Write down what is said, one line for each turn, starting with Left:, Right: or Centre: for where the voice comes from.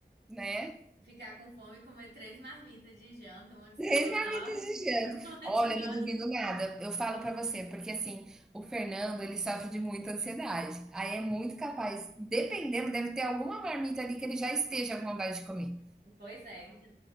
Centre: né.
Right: ficar com fome, e comer três marmitas de janta, uma de estrogonofe,
Centre: 3 marmitas de
Right: <laughs>
Centre: janta.
Right: uma
Centre: Olha,
Right: de nhoque.
Centre: eu não duvido nada, eu falo pra você, porque assim, o Fernando ele sofre de muita ansiedade, aí é muito capaz dependendo, deve ter alguma marmita ali que ele já esteja com vontade de comer.
Right: Pois é, então.